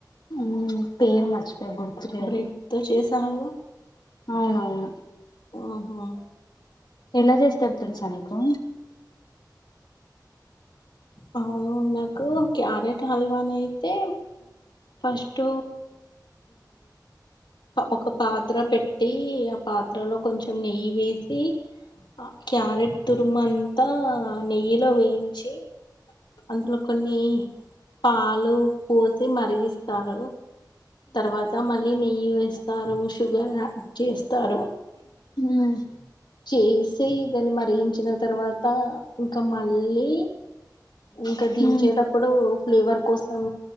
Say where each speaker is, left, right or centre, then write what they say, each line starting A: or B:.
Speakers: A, on the left; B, on the left.
A: ఆ పేరు మర్చిపోయ గుర్తులేదు
B: బ్రెడ్ తో చేసే హల్వా
A: అవునవును
B: ఓహో
A: ఎలా చేస్తారో తెలుసా నీకు
B: అవును నాకు క్యారెట్ హల్వా నయితే ఫస్ట్ ఒక పాత్ర పెట్టి ఆ పాత్రలో కొంచెం నెయ్యి వేసి ఆ క్యారెట్ తురుమ అంతా నెయ్యిలో వేయించి అందులో కొన్ని పాలు పోసి మరిగిస్తారు తర్వాత మళ్ళీ నెయ్యి వేస్తారు షుగర్ యాడ్ చేస్తారు
A: ఉమ్
B: చేసి దాన్ని మరిగించిన తర్వాత ఇంకా మళ్ళీ ఇంకా
A: అవునండి
B: దించేటప్పుడు ఫ్లేవర్ కోసం